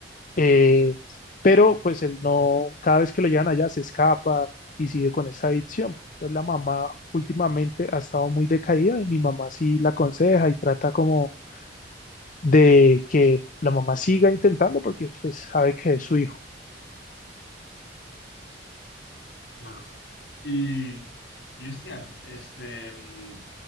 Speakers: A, on the left; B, on the left.
A: Eh, pero pues él no, cada vez que lo llevan allá se escapa y sigue con esa adicción. Entonces la mamá últimamente ha estado muy decaída y mi mamá sí la aconseja y trata como de que la mamá siga intentando porque pues, sabe que es su hijo.
B: claro. Y, Cristian, este, mm,